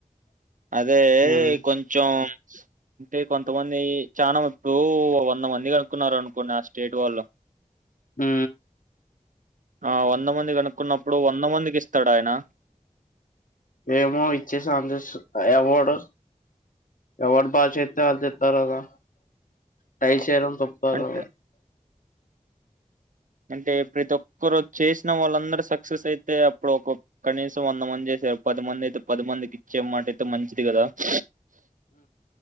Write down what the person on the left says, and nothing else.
మ్మ్
ఊ
ఏమో ఇచ్చేసి ఆన్ చేస్ ఎవ్వడు ఎవ్వడు పాస్ చేత్తే ఆల్ కిత్తారుగా. టైప్ చేయడం తప్పదూ